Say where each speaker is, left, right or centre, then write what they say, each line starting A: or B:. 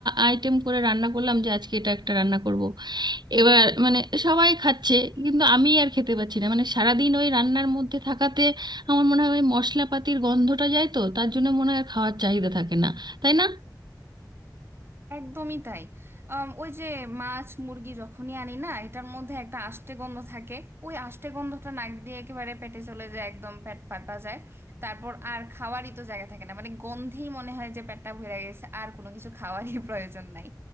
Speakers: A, on the right (about 80°); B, on the right (about 35°).
A: আইটেম করে রান্না করলাম যে আজকে এটা একটা রান্না করব এবার মানে সবাই খাচ্ছে কিন্তু আমি আর খেতে পাচ্ছি না মানে সারাদিন ওই রান্নার মধ্যে থাকাতে আমার মনে হয় ওই মশলাপাতির গন্ধটা যায় তো তার জন্য মনে হয় আর খাওয়ার চাহিদা থাকে না তাই না
B: একদমই তাই আম, ওই যে মাছ মুরগি যখনই আনি না এটার মধ্যে একটা আষ্টে গন্ধ থাকে ওই আষ্টে গন্ধটা নাক দিয়ে একেবারে পেটে চলে যায় একদম পেট ফাটা যায় তারপর আর খাওয়ারই তো জায়গা থাকে না মানে গন্ধেই মনে হয় যে পেটটা ভরে গেছে আর কোনো কিছু খাওয়ারই <laughs> প্রয়োজন নাই